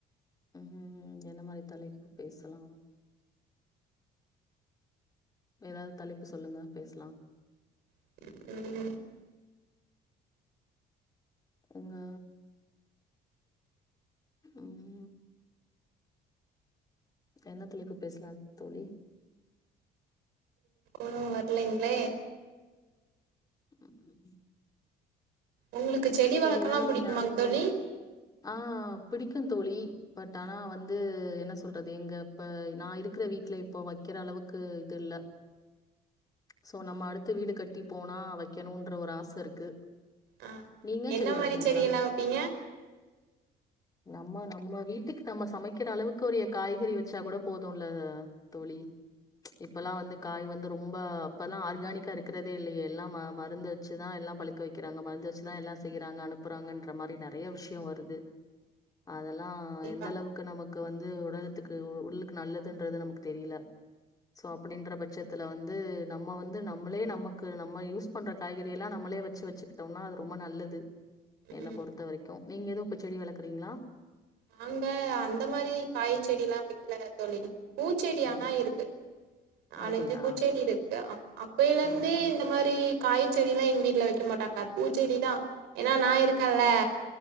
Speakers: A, on the left; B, on the right.
A: ம் என்ன மாரி தலைப்பு பேசலா எதாவுது தலைப்பு சொல்லுங்க பேசலா
B: ம்
A: உங்க ம் என்ன தலைப்பு பேசலாந் தோழி
B: <inaudible> வரலைங்ளே
A: ம் ம்
B: ஒங்களுக்கு செடி
A: சேரி
B: வளக்கலா
A: எதாவது
B: புடிக்குமாங்
A: நீங்க அண்மையில
B: தோழி
A: ஆ பிடிக்கு தோழி பட் ஆனா வந்து என்ன சொல்றது இங்க இப்ப நா இருக்ற வீட்ல இப்போ வக்கிற அளவுக்கு இது இல்ல சோ நம்ம அடுத்து வீடு கட்டி போனா வக்கணுன்ற ஒரு ஆசருக்கு
B: ஆ
A: நீங்க
B: என்ன
A: செடி வளக்குறிங்களா
B: மாரி செடியெல்லா வெப்பீங்க
A: நம்ம நம்ம வீட்டுக்கு நம்ம சமைக்கிற அளவுக்கு ஒருய்ய காய்கறி வச்சா கூட போதூல்ல தோழி இப்பல்லா வந்து காய் வந்து ரொம்ப அப்பல்லா ஆர்கானிக்காருக்குறதே இல்லயே எல்லா மா மருந்து வெச்சுதா எல்லா பழுக்க வெக்கிறாங்க மருந்து வெச்சு ப்தா எல்லா செய்யிறாங்க அனுப்புறாங்கன்ற மாரி நெறய விஷ்யோ வருது அதெல்லா
B: கண்டிப்பா
A: எந்தளவுக் க்கு நமக்கு வந்து உடலத்துக்கு உள்ளுக்கு நல்லதுன்றது நமக்கு தெரியல சோ அப்படின்ற பட்சத் இதுல வந்து நம்ம வந்து நம்மளே நமக்கு நம்ம யூஸ் பண்ற காய்கறி எல்லா நம்மளே வெச்சு வெச்சுகிட்டோம்னா ரொம்ப நல்லது என்ன
B: ம்
A: பொறுத்த வரைக்கு நீங்க எது இப்ப செடி வளக்குறீங்களா
B: நாங்க அந்த மாரி காய் செடிலா வைக்கல தோழி பூச்செடி
A: சரி.
B: ஆனா இருக்கு நாலஞ்சு
A: அப்படியா?
B: பூச்செடிருக்கு அப் அப்பேய்லருந்தே
A: ம், ம்.
B: இந்த மாரி காய்ச்செடிலா எங்க வீட்ல வெக்க மாட்டாங்க பூச்செடிதா எனா நா இருக்க ல